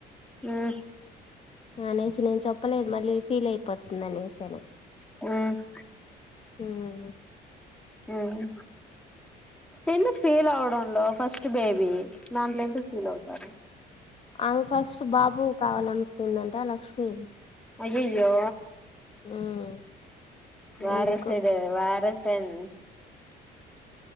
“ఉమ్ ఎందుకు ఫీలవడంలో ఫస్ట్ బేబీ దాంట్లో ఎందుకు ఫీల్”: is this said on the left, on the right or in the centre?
Centre